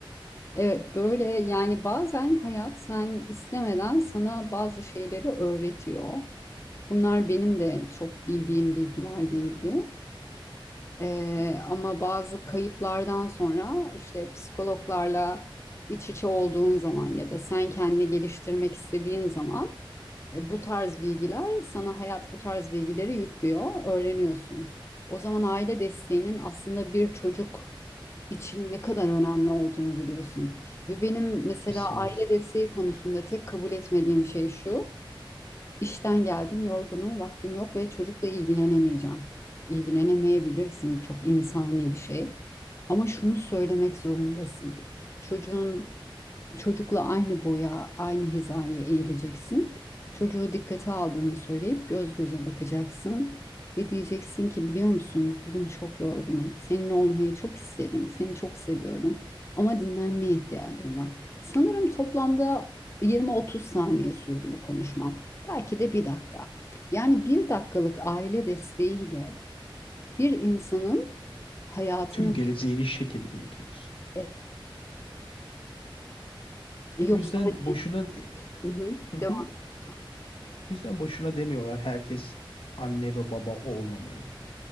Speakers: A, on the left; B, on the left.
A: Evet böyle yani bazen hayat sen istemeden sana bazı şeyleri öğretiyor. Bunlar benim de çok bildiğim bilgiler değildi. Ee, ama bazı kayıplardan sonra işte psikologlarla iç içe olduğun zaman ya da sen kendini geliştirmek istediğin zaman e, bu tarz bilgiler sana hayat bu tarz bilgileri yüklüyor, öğreniyorsun. O zaman aile desteğinin aslında bir çocuk için ne kadar önemli olduğunu biliyorsun. Ve benim mesela
B: Kesinlikle.
A: aile desteği konusunda tek kabul etmediğim şey şu. İşten geldim, yorgunum, vaktim yok ve çocukla ilgilenemeyeceğim. İlgilenemeyebilirsin, bu çok insani bir şey. Ama şunu söylemek zorundasın. Çocuğun Çocukla aynı boya, aynı hizaya eğileceksin. Çocuğu dikkate aldığını söyleyip göz göze bakacaksın ve diyeceksin ki biliyor musun bugün çok yorgunum. Seninle olmayı çok isterim. Seni çok seviyorum ama dinlenmeye ihtiyacım var. Sanırım toplamda 20-30 saniye sürdü bu konuşmam. Belki de bir dakika. Yani bir dakikalık aile desteğiyle bir insanın hayatını
B: tüm geleceğini
A: değiştirir.
B: şekillendiriyorsun.
A: Evet. Yoksa
B: O yüzden
A: hani,
B: boşuna de-
A: hı hı,
B: Hı
A: devam
B: hı. O
A: et lütfen.
B: yüzden boşuna demiyorlar herkes anne ve baba olmamalı.